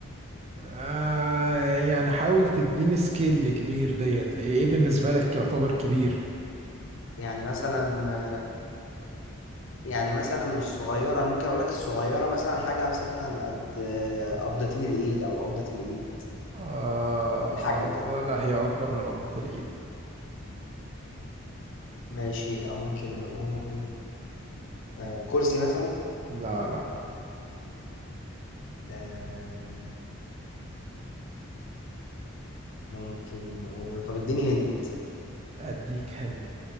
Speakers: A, on the right (about 30°); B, on the left (about 60°).
A: آه يعني حاول تديني سكيل كبير ديت ايه إيه بالنسبة لك يعتبر كبير
B: يعني مثلا آه، يعني مثلا مش صغيرة أنا ممكن أقول لك الصغيرة مثلا حاجة مثلا قد قبضتين الإيد أو قبضة الإيد
A: آه
B: الحجم
A: أفضل
B: ده
A: لا هي أكبر من قبضة الإيد
B: ماشي يبقى ممكن نقول آه كرسي مثلا
A: لا لا
B: آه ممكن نقول طب اديني هنت
A: أديك هنت